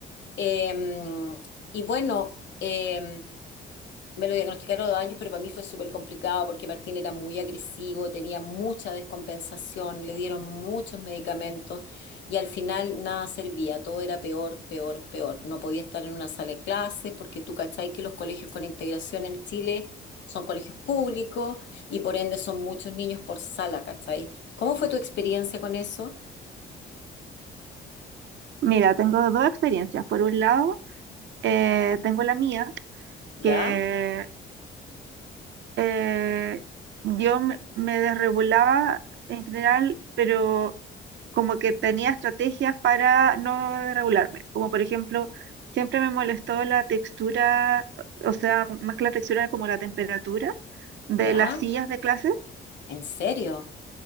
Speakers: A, on the left; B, on the right.
A: Em, y bueno, em, me lo diagnosticaron a los dos años, pero para mí fue súper complicado porque Martín era muy agresivo, tenía mucha descompensación, le dieron muchos medicamentos y al final nada servía, todo era peor, peor, peor. No podía estar en una sala de clases porque tú cachai que los colegios con integración en Chile son colegios públicos y por ende son muchos niños por sala, ¿cachai? ¿Cómo fue tu experiencia con eso?
B: Mira, tengo dos experiencias. Por un lado, eh, tengo la mía,
A: ¿Ya?
B: que eh, yo me me desregulaba en general, pero como que tenía estrategias para no regularme, como por ejemplo, siempre me molestó la textura, o sea, más que la textura, era como la temperatura de
A: ¿Ya?
B: las sillas de clase.
A: ¿En serio?